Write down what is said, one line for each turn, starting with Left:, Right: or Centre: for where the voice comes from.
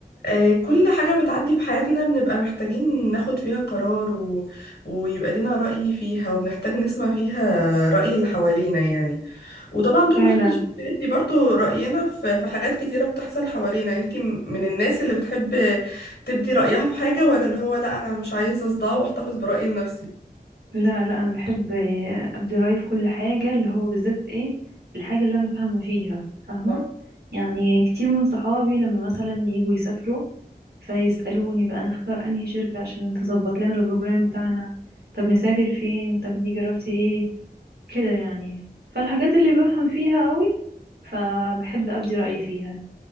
Left: آه، كل حاجة بتعدي في حياتنا بنبقى محتاجين ناخد فيها قرار و... ويبقى لنا رأي فيها وبنحتاج نسمع فيها رأي اللي حوالينا يعني وطبعا طول
Right: فعلا
Left: ما احنا مش بندي برضو رأينا في... في حاجات كتيرة بتحصل حوالينا انتي م- من الناس اللي بتحب تبدي رأيها في حاجة ولا اللي هو لا أنا مش عايزة أصدع وأحتفظ برأيي لنفسي
Right: لا لا انا بحب آه، ابدي رايي في كل حاجه اللي هو بالذات ايه الحاجه اللي انا فاهمه فيها فاهمه
Left: اه
Right: يعني كتير من صحابي لما مثلا يجوا يسافروا فيسالوني بقى نختار انهي شركه عشان تظبط لنا البروجرام بتاعنا طب نسافر فين طب دي جربتي ايه كده يعني فالحاجات اللي بفهم فيها قوي فبحب ابدي رايي فيها